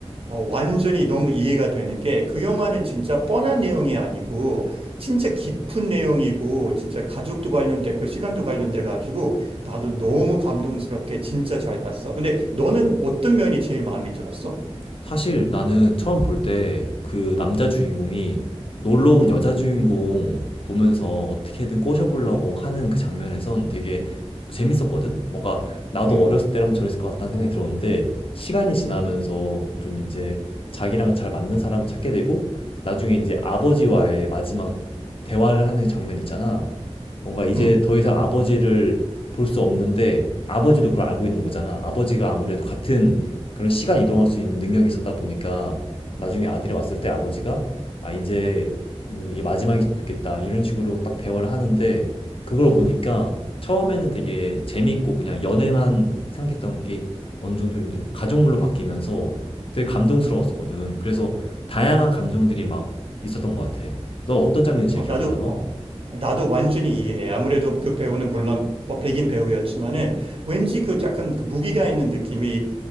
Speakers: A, on the right (about 55°); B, on the left (about 55°).
A: 어, 완전히 너무 이해가 되는 게 그 영화는 진짜 뻔한 내용이 아니고 진짜 깊은 내용이고 진짜 가족도 관련됐고 시간도 관련돼 가지고 나도 너무 감동스럽게 진짜 잘 봤어. 근데 너는 어떤 면이 제일 마음에 들었어?
B: 사실 나는 처음 볼 때 그 남자 주인공이 놀러 온 여자 주인공 보면서 어떻게든 꼬셔보려고 하는 그 장면에선 되게 재밌었거든? 뭔가 나도
A: 음.
B: 어렸을 때라면 저랬을 것 같다는 생각이 들었는데 시간이 지나면서 좀 이제 자기랑 잘 맞는 사람 찾게 되고 나중에 이제 아버지와의 마지막 대화를 하는 장면 있잖아. 뭔가 이제
A: 음.
B: 더 이상 아버지를 볼 수 없는데 아버지도 그걸 알고 있는 거잖아. 아버지가 아무래도 같은 그런 시간 이동할 수 있는 능력이 있었다 보니까 나중에 아들이 왔을 때 아버지가 아 이제 음, 이게 마지막일 수도 있겠다 이런 식으로 딱 대화를 하는데 그걸 보니까 처음에는 되게 재밌고 그냥 연애만 생각했던 게 어느 정도 이제 가족물로 바뀌면서 되게 감동스러웠거든. 그래서 다양한 감정들이 막 있었던 것 같아. 넌 어떤 장면이 제일
A: 어,
B: 기억에
A: 나도,
B: 남아?
A: 어, 나도 완전히 이해해. 아무래도 그 배우는 물론 뭐 백인 배우였지만은 왠지 그 약간 그 무기가 있는 느낌이